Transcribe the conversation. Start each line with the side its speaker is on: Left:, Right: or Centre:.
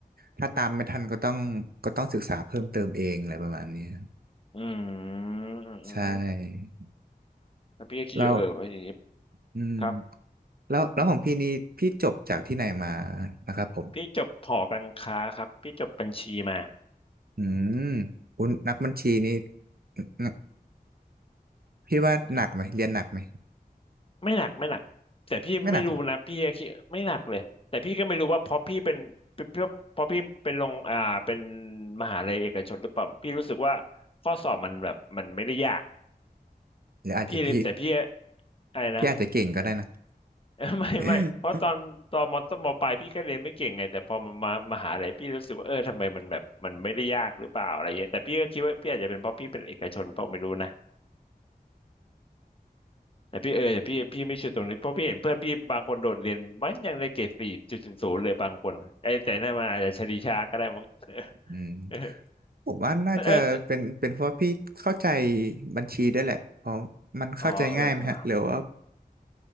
Right: ถ้าตามไม่ทันก็ต้องก็ต้องศึกษาเพิ่มเติมเองอะไรประมาณนี้ครับ
Left: อืมอืมอืม
Right: ใช่
Left: แล้วพี่ก็คิดอยู่เออว่าอย่างนี้
Right: แล้วอืม
Left: ครับ
Right: แล้วแล้วของพี่นี่พี่จบจากที่ไหนมานะครับผม
Left: พี่จบหอการค้าครับพี่จบบัญชีมา
Right: อืมอุยนักบัญชีนี่นพี่ว่าหนักไหมเรียนหนักไหม
Left: อ่าไม่หนักไม่หนักแต่พี่ไม่รู้นะพี่ก็คิดไม่หนักเลยแต่พี่ก็ไม่รู้ว่าเพราะพี่เป็น
Right: ไม่หนักหรอ
Left: เพราะเพราะพี่เป็นลงอ่าเป็นมหาลัยเอกชนหรือเปล่าพี่รู้สึกว่าข้อสอบมันแบบมันไม่ได้ยาก
Right: หรืออาจจะพี่
Left: พี่เลยแต่พี่อะไรนะ
Right: พี่อาจจะเก่งก็ได้นะ
Left: เออไม่ไม่เพราะตอนตอนมต้นมปลายพี่ก็เรียนไม่เก่งไงแต่พอมามามหาลัยพี่รู้สึกว่าเออทำไมมันแบบมันไม่ได้ยากหรือเปล่าอะไรเงี้ยแต่พี่ก็คิดว่าพี่อาจจะเป็นเพราะพี่เป็นเอกชนเปล่าไม่รู้นะ
Right: <laughs>
Left: แต่พี่เออแต่พี่พี่ไม่ชัวร์ตรงนี้เพราะพี่เห็นเพื่อนพี่บางคนโดดเรียนมันยังได้เกรดสี่จุดศูนย์ศูนย์เลยบางคนไอ้แต่นั่นมันอาจจะชลีชาก็ได้มั้ง
Right: อืม
Left: เออ
Right: ผมว่าน่าจะเป็นเป็นเพราะพี่เข้าใจ
Left: แต่เออแต่
Right: บัญชีได้วยแหละเพราะมันเข้าใจง่ายไหมฮะหรือว่า
Left: อ๋อเออเออ